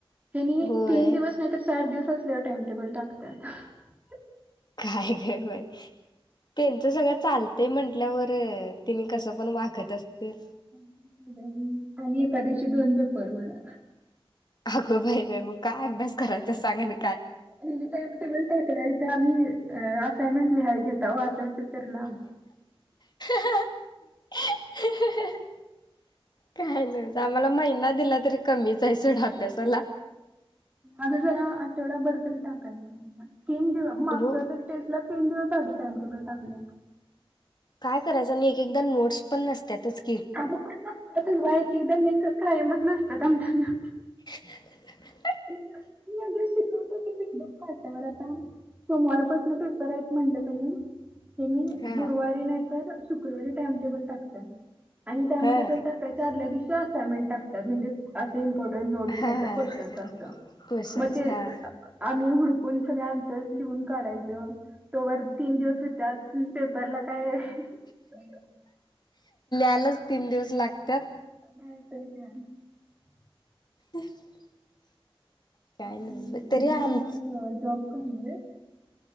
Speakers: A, on the right (about 15°); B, on the left (about 45°).
A: त्यानी
B: होय
A: तीन दिवस नाहीतर चार दिवस कसल्या टाइमटेबल टाकत्यात. <unintelligible>
B: काय गं बाई. तेंचं सगळं चालतंय म्हंटल्यावर. ऐ तिनि कसं पण वागत असतील.
A: <unintelligible> आणि एका दिवशी दोन पेपर म्हणं.
B: अगो बाई-बाई म काय अभ्यास करायचा सांगानं?
A: अनिनि टाईम टेबल टाकलाय ता आम्ही. अं असायनमेंट लिहाय घेेता, वाचायचं तर लांब.
B: <unintelligible> काय नस आम्हाला महिना दिला तरी कमीच आय सोड अभ्यासाला.
A: आगं जरा आठवडाभर तरी टाकायचा ना. तीन दि मागचा
B: हो
A: तरी टेस्टला तीन दिवस आधी टाइमटेबल टाकल्या.
B: काय करायचं आणि एकेकदा नोट्स पण नसत्यातच.
A: अगं कोन नसत्यात <unintelligible> त कायमच नसतात आमची.
B: <inaudible>
A: <unintelligible> अदी शिकवते ते <unintelligible> काटावर आता. सोमवारपासनं पेपर आहेत म्हणलं तनी. हेनी
B: हा
A: गुरुवारी नाही तर शुक्रवारी टाइमटेबल टाकत्यात. आणि टाइम
B: हा
A: टेबल टाकायच्या आदल्या दिवशी असायनमेंट टाकत्यात, म्हणजे असे इम्पॉर्टंट नोट्स
B: हा
A: नाही
B: हा
A: तर क्वेश्चन. त
B: क्वेश्चन्स
A: मं ते
B: हा
A: आम हुडकून सगळे आन्सर्स लिहून काढायचं, तोवर तीन दिवस सु त्यात पेपरला काय <unintelligible>
B: त्यालाच तीन दिवस लागत्यात.
A: <unintelligible>
B: <inaudible> काय
A: आता
B: नाही
A: म
B: तरी
A: डिग्री
B: आम
A: झाल्यावर जॉब करू दे.